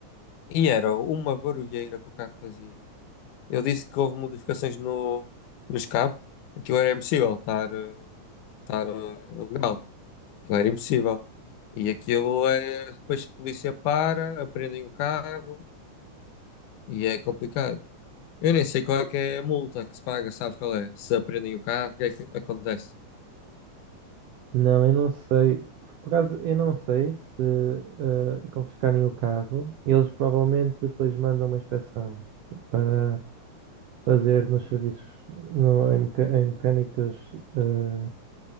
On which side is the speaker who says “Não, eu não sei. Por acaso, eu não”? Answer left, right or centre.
Right